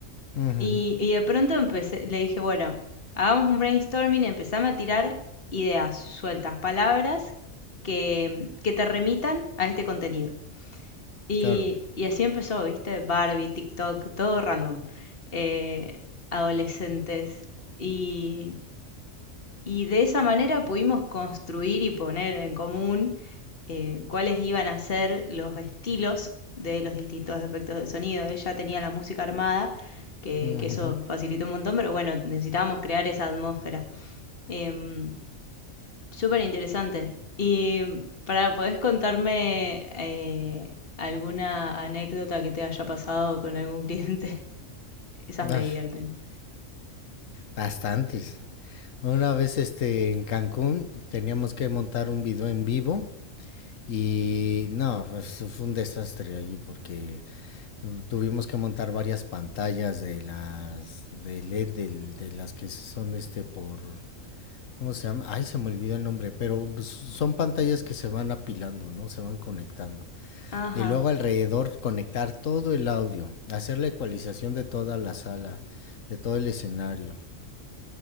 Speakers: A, on the left; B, on the left.
A: ujujú,
B: y, y de pronto empecé, le dije, bueno, hagamos un brainstorming, empezame a tirar ideas sueltas, palabras que, que te remitan a este contenido. Y,
A: Claro.
B: y así empezó, ¿viste? Barbie, TikTok, todo random. Eh, adolescentes. Y, y de esa manera pudimos construir y poner en común eh, cuáles iban a ser los estilos de los distintos efectos de sonido. Él ya tenía la música armada, que,
A: ujujú.
B: que eso facilitó un montón, pero bueno, necesitábamos crear esa atmósfera. Eh, Súper interesante. Y para, ¿podés contarme eh, alguna anécdota que te haya pasado con algún cliente? <laughs> Esas
A: Ah,
B: me divierten.
A: Bastantes. Una vez este en Cancún teníamos que montar un video en vivo y no, pues, fue un desastre allí porque eh, tuvimos que montar varias pantallas de las de LED del- de, las que son este por ¿cómo se llama? Ay, se me olvidó el nombre, pero pues, son pantallas que se van apilando, ¿no? Se van conectando.
B: Ajá.
A: Y luego alrededor conectar todo el audio, hacer la ecualización de toda la sala, de todo el escenario.